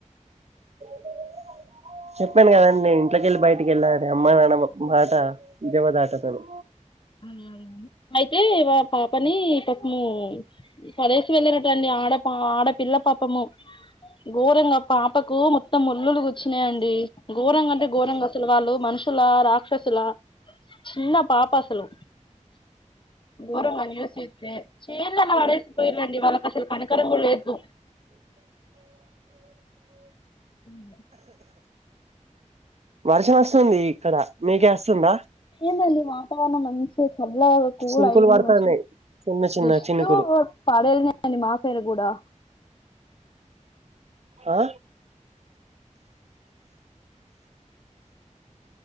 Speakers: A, on the right (about 55°); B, on the left (about 40°).
A: <inaudible> చెప్పాను కదా అండి ఇంట్లో కెళ్ళి బయట అటికెలా అే అమ్మ నాన్న మాట జవధాతకని
B: అ అ అయితే వా పాపని పపము పడేసి వెళ్ళిరండి ఆడ పా ఆడపిల్ల పాపము ఘోరంగా పాపకు మొత్తం ముల్లులు గు వచ్చినాయండి ఘోరంగా అంటే ఘోరంగా అసలు వాళ్ళు మనుషుల రాక్షస చలా చిన్న పాపా అసలు గోరంగాన్యూస్తే చేలేలా వాడేసిపోయిండి వాళ్ళకి అసలు కనుకరం కూడా లేదు ఉమ్
A: వర్షం వస్తుంది ఇక్కడ మీకేస్తుందా
B: ఏందండి వాతవరణం మనిష మబ్ల కూల్యింది
A: చినుకులు పడతాన్నాయి
B: మంచిగా
A: చిన్న చిన్న
B: జస్ట్
A: చినుకులు
B: పాడేన్ మా సైడ్ గూడా
A: ఆ